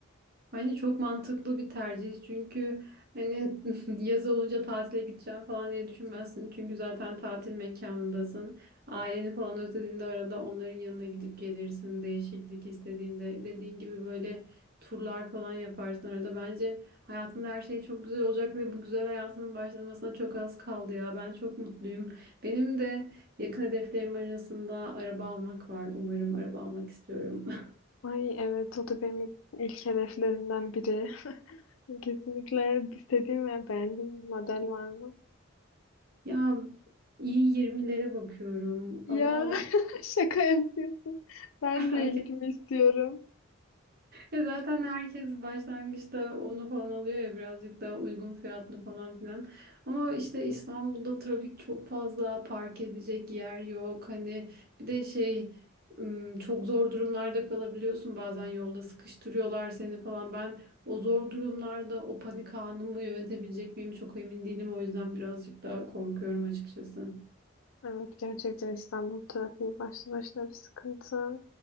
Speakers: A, on the right (about 45°); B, on the left (about 75°).
A: Bence çok mantıklı bir tercih çünkü hani <laughs> yaz olunca tatile gideceğim falan diye düşünmezsin. Çünkü zaten tatil mekanındasın. Aileni falan özlediğinde arada onların yanına gidip gelirsin. Değişiklik istediğinde dediğin gibi böyle turlar falan yaparsın arada. Bence hayatında her şey çok güzel olacak ve bu güzel hayatının başlamasına çok az kaldı ya. Ben çok mutluyum. Benim de yakın hedeflerim arasında araba almak var. Umarım araba almak istiyorum. <laughs>
B: Ay evet o da benim ilk hedeflerimden biri. Kesinlikle istediğim ve beğendiğim bir model var mı?
A: Ya iyi yirmilere bakıyorum
B: Ya
A: ama
B: <laughs>
A: işte
B: şaka yapıyorsun. Ben
A: <laughs>
B: de
A: herkes,
B: ilgimi istiyorum.
A: E zaten herkes başlangıçta onu falan alıyor ya birazcık daha uygun fiyatlı falan filan. Ama işte İstanbul'da trafik çok fazla, park edecek yer yok. Hani bir de şey ım, çok zor durumlarda kalabiliyorsun bazen yolda sıkıştırıyorlar seni falan. Ben o zor durumlarda o panik anımı yönetebilecek miyim çok emin değilim. O yüzden birazcık daha korkuyorum açıkçası.
B: Evet gerçekten İstanbul trafiği başlı başına bir sıkıntı.